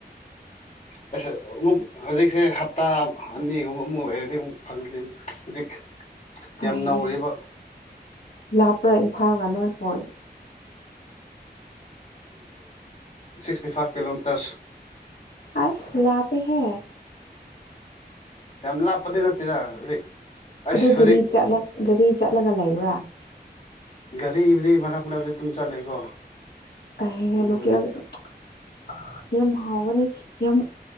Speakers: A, on the left; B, on the left.
A: <unintelligible> ꯍꯧꯖꯤꯛꯁꯦ ꯍꯞꯇꯥ ꯑꯅꯤꯒꯨꯝꯕ ꯑꯃꯨꯛ ꯂꯩꯔꯗꯤ ꯑꯃꯨꯛ ꯐꯪꯒꯤꯅꯤ ꯍꯧꯖꯤꯛ ꯌꯥꯝ
B: ꯑꯩ
A: ꯅꯧꯔꯤꯕ
B: ꯂꯥꯞꯄ꯭ꯔꯥ ꯏꯝꯐꯥꯜ ꯒꯥ ꯅꯣꯏꯒꯥ
A: ꯁꯤꯛꯁꯇꯤ ꯐꯥꯏꯚ ꯀꯤꯂꯣꯃꯤꯇꯔ
B: ꯑꯁ ꯂꯥꯞꯞꯦ ꯍꯦ
A: ꯌꯥꯝ ꯂꯥꯞꯄꯗꯤ ꯅꯠꯇꯦꯗ ꯍꯧꯖꯤꯛ ꯑꯁ
B: ꯑꯗꯨ
A: ꯍꯧꯖꯤꯛ
B: ꯒꯥꯔꯤ ꯒꯥꯔꯤ ꯆꯠꯂꯒꯥ ꯂꯩꯕ꯭ꯔꯥ
A: ꯒꯥꯔꯤꯕꯨꯗꯤ ꯃꯔꯛ ꯃꯔꯛꯇꯥ ꯑꯗꯨꯝ ꯆꯠꯂꯦꯀꯣ
B: <unintelligible>
A: ꯑꯗꯨꯕꯨꯗꯤ
B: ꯌꯥꯝ ꯍꯥꯎꯒꯅꯤ ꯌꯥꯝ